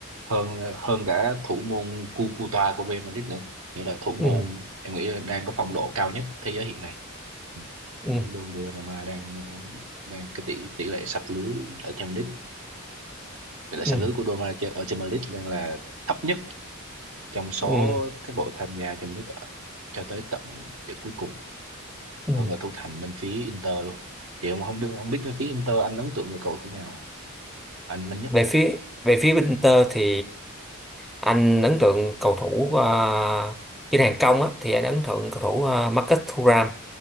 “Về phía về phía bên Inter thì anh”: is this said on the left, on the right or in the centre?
Centre